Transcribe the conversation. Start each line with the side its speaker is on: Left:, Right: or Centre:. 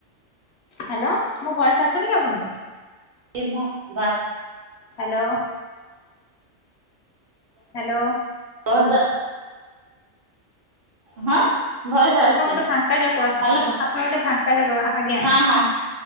Left: ହ୍ୟାଲୋ ମୋ ଭଏସ ଆସୁନି କି ଆପଣଙ୍କୁ।
Right: ଏ ବା ବା <unintelligible>
Left: ହ୍ୟାଲୋ। ହ୍ୟାଲୋ।
Right: ହଟା ହଁ। ଭଏସ ଆସୁଛି
Left: ଆପଣ ଗୋଟେ ଫାଙ୍କା ଯ ଆ ଆପଣ
Right: ହ୍ୟାଲୋ
Left: ଗୋଟେ ଫାଙ୍କା ଯୋଗ ଆଜ୍ଞା।
Right: ହଁ ହଁ